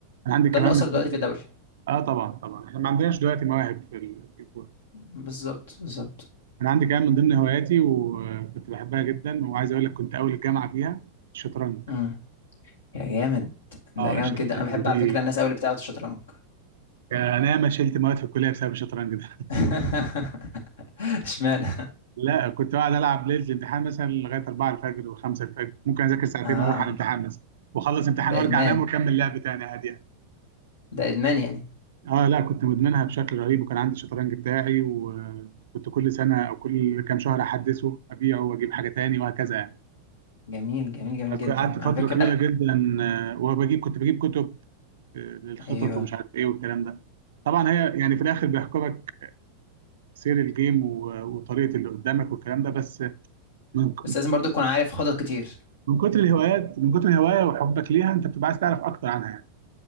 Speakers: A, on the right; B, on the left.
A: انا عندي
B: وده
A: كمان
B: اللي اثر
A: من
B: دلوقتي
A: ضمن
B: في الدوري
A: اه طبعا طبعا احنا ما عندناش دلوقتي مواهب في ال- في الكوره
B: بالظبط بالظبط
A: انا عندي كمان من ضمن هواياتي وكنت بحبها جدا وعايز اقول لك كنت اول الجامعه فيها الشطرنج
B: امم يا جامد ده
A: اه
B: جامد
A: الشطرنج
B: جدا انا بحب
A: دي
B: على فكره الناس قوي اللي بتلعب الشطرنج
A: آه، انا ما شلت مواد في الكليه بسبب الشطرنج ده
B: <laughs> اشمعنى
A: لا كنت قاعد العب ليله الامتحان مثلا لغايه 4 الفجر و5 الفجر ممكن اذاكر ساعتين
B: اه
A: واروح على الامتحان مثلا واخلص امتحان
B: ده
A: وارجع
B: ادمان
A: انام واكمل لعب تاني عادي يعني
B: ده ادمان يعني
A: اه لا كنت مدمنها بشكل رهيب وكان عندي الشطرنج بتاعي وكنت كل سنه او كل كام شهر احدثه ابيعه واجيب حاجه تاني وهكذا يعني
B: جميل جميل جميل جدا
A: قعدت فتره
B: على فكرة
A: طويله جدا آه، وبجيب كنت بجيب كتب آه، للخطط
B: ايوه
A: ومش عارف ايه والكلام ده طبعا هي يعني في الاخر بيحكمك سير الجيم و- وطريقه اللي قدامك والكلام ده بس من
B: بس لازم برضو تكون عارف خطط كتير
A: من كتر الهوايات من كتر الهوايه وحبك ليها انت بتبقى عايز تعرف اكتر عنها يعني